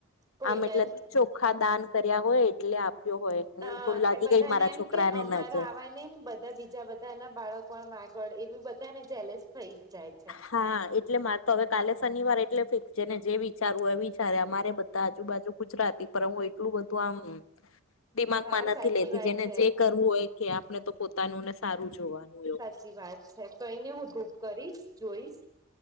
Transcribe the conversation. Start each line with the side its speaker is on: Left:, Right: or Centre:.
Right: કોઈ
Left: આમ
Right: નઈ
Left: એટલે ચોખા દાન કર્યા હોય એટલે આપ્યો હોય
Right: અ
Left: એમ લાગી
Right: બધાને
Left: ગઈ મારા
Right: એમ
Left: છોકરાને
Right: કે અમારા
Left: નજર
Right: આવાને બધા બીજા બધા નાના બાળકો આગળ એવું બધા ને ઝલેસ થઈ જ જાય છે
Left: હા એટલે મારે તો હવે કાલે શનિવાર એટલે ફિક્સ જેને જે વિચારવું એ વી અમારે બધા આજુબાજુ ગુજરાતી પર હું એટલું બધું આમ દિમાગમાં
Right: હા સાચી
Left: નથી લેતી
Right: વાત
Left: જેને
Right: છે
Left: જે કરવું હોય કે આપણે તો પોતાનુંને સારું જોવાનું એ
Right: જી વાત છે કઈને હું ધુપ કરીશ જોઈશ